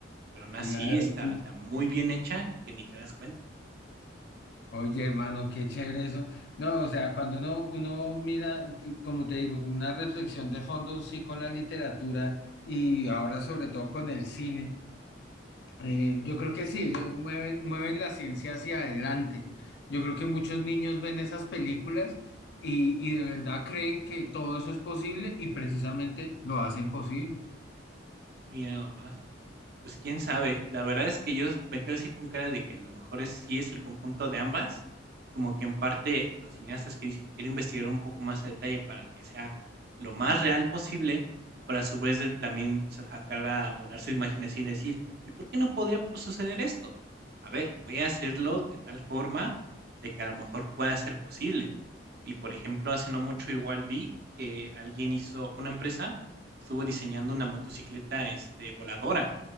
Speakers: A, on the right; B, on the left.
A: pero aún
B: Claro,
A: así está
B: sí.
A: está muy bien hecha que ni te das cuenta.
B: Oye, hermano, qué chévere eso. No, o sea, cuando uno, uno mira, t- como te digo, como una reflexión de fondo, sí, con la literatura y ahora sobre todo con el cine, eh, yo creo que sí, ellos mueven, mueven la ciencia hacia adelante. Yo creo que muchos niños ven esas películas y, y de verdad creen que todo eso es posible y precisamente lo hacen posible.
A: Mira nomás. Pues quién sabe. La verdad es que yo me quedo así con cara de que a lo mejor es, sí es el conjunto de ambas, como que en parte los cineastas que dicen quiero investigar un poco más a detalle para que sea lo más real posible, pero a su vez de también sa- sacar a volar su imaginación y decir, ¿y por qué no podría pues, suceder esto? A ver, voy a hacerlo de tal forma de que a lo mejor pueda ser posible. Y por ejemplo, hace no mucho igual vi que alguien hizo, una empresa estuvo diseñando una motocicleta este, voladora